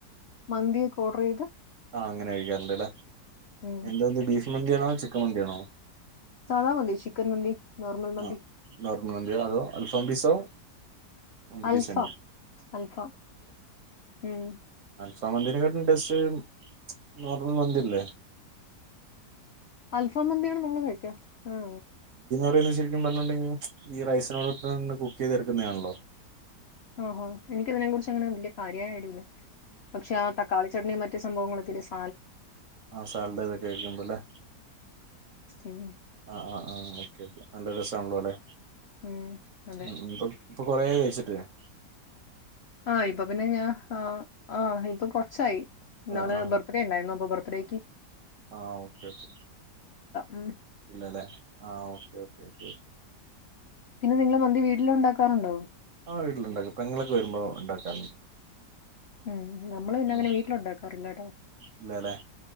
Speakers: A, on the left; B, on the right.
A: മന്തിയൊക്കെ ഓർഡറെയ്തു
B: ആ അങ്ങനെ കഴിക്കാറുണ്ട് അല്ലേ
A: ഉം
B: എന്താന്ത് ബീഫ് മന്തിയാണോ ചിക്കൻ മന്തിയാണോ
A: സാദാ മന്തി ചിക്കൻ മന്തി നോർമൽ മന്തി
B: ആ നോർമൽ മന്തിയോ അതോ അൽഫാം പീസോ മന്തി
A: അൽഫാം
B: പീസ് തന്നെ
A: അൽഫാം ഉം
B: ചമ്മന്തിനേക്കാട്ടിലും ടേസ്റ്റ് നോർമൽ മന്തില്ലേ
A: അൽഫാം മന്തിയാണ് നമ്മ മേടിക്ക ആ
B: പിന്നെ ശരിക്കും പറഞ്ഞിട്ടുണ്ടെങ്കിൽ ഈ റൈസിനോടൊത്ത് തന്നെ കുക്കെയ്തെടു ക്കുന്നെയാണല്ലോ
A: ഓഹോ എനിക്ക് ഇതിനെയും കുറിച്ച് അങ്ങനെ വല്യ കാര്യായ ഐഡിയ ഇല്ല പക്ഷെ ആ തക്കാളി ചട്നിയും മറ്റു <unintelligible> സംഭവങ്ങൾ <unintelligible>
B: ആ സാലഡിതൊക്കെ കഴിക്കുണ്ടല്ലേ
A: എനി
B: ആ ആ ആ ഓക്കെ ക്കെ നല്ല രസാണല്ലോ അല്ലെ
A: ഉം അതെ
B: ഉം ഉം ഇപ്പൊ ഇപ്പൊ കൊറെ കഴിച്ചിട്ട് ഞാൻ
A: ആ ഇപ്പൊ പിന്നെ ഞാ ആ ആ ഇപ്പൊ കൊറച്ചായി ഇന്നാള്
B: ആ ആ
A: ബർത്ത്ഡേ ഉണ്ടായിരുന്നു അപ്പൊ ബർ ബ്രേക്കിംഗ്
B: ആ ഓക്കെ ക്കെ
A: ഉം
B: ഇല്ലേല്ലേ ആ ഓക്കെ ഓക്കെ ഓക്കെ
A: പിന്നെ നിങ്ങള് മന്തി വീട്ടില് ഉണ്ടാക്കാറുണ്ടോ
B: ആ വീട്ടിലുണ്ടാക്കും പെങ്ങളൊക്കെ വരുമ്പോ ഉണ്ടാക്കാറുണ്ട്
A: ഉം നമ്മള് പിന്നെ
B: ഉം
A: അങ്ങനെ വീട്ടില ഉണ്ടാക്കാറില്ലാട്ടോ
B: ഇല്ലല്ലേ